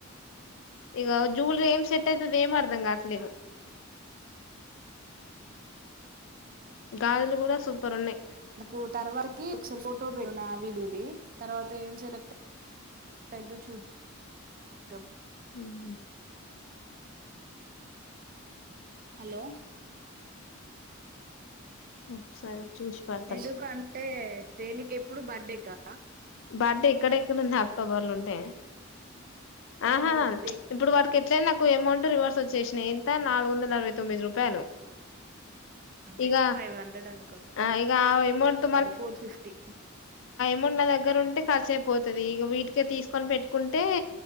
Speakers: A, on the left; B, on the right.
A: ఇక జువెలరీ ఏం సెట్ అవుతుంది ఏమ అర్ధం కావట్లేదు గాజులు కూడా సూపర్ ఉన్నాయి్
B: నాకు తర్వాతకి ఒకసారి ఫోటో పెడు నా వీడియో తర్వాత ఏం సెలెక్ట్ పె చూద్ద చద్ద
A: ఉమ్
B: హలో
A: ఆ సరే చూసి పెడతాలే
B: ఎందుకా అ అంటే దేనికి ఎప్పుడు బర్త్డేకా
A: బర్త్డే ఇక్కడ ఇక్కడ ఉంది అక్టోబర్ లో ఉంటే ఆహా
B: మరి ఇప్పుడు దే
A: ఇప్పుడు వాడికి ఎట్లయినా నాకు అమౌంట్ రివర్స్ వచ్చేసినయి ఎంత నాలుగు వందల అరవై తొమ్మిది రూపాయలు
B: అంటే
A: ఇగ
B: ఇక ఫైవ్ హండ్రెడ్ అనుకో
A: ఆ ఇగ ఆ అమౌంట్
B: అది ఫోర్ ఫిఫ్టీ
A: న్న దగ్గర ఉంటే ఖర్చయిపోతుది ఇ వీటికే తీసుకొని పెట్టుకుంటే